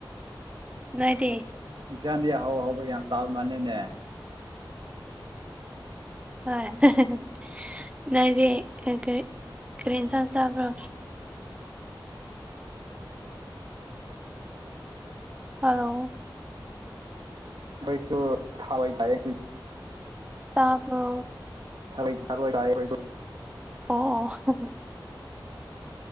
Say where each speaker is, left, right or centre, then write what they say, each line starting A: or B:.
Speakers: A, on the right; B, on the right.
A: ꯅꯣꯏꯗꯤ
B: ꯏꯟꯁꯥꯡꯗꯤ ꯑꯍꯥꯎ ꯑꯍꯥꯎꯕ ꯌꯥꯝ ꯇꯥꯕ ꯃꯥꯜꯂꯦꯅꯦ
A: ꯍꯣꯏ <unintelligible> ꯅꯣꯏꯗꯤ ꯀꯩ ꯀꯩ ꯀꯔꯤ ꯏꯟꯁꯥꯡ ꯆꯥꯕ꯭ꯔꯣ ꯍꯜꯂꯣ
B: ꯑꯩꯇꯣꯏꯁꯨ ꯊꯕꯥꯏ ꯆꯥꯏ ꯉꯁꯤ
A: ꯇꯥꯕ꯭ꯔꯣ
B: ꯊꯔꯣꯏ ꯊꯔꯣꯏ ꯆꯥꯏ ꯈꯣꯏꯁꯨ
A: ꯑꯣ ꯑꯣ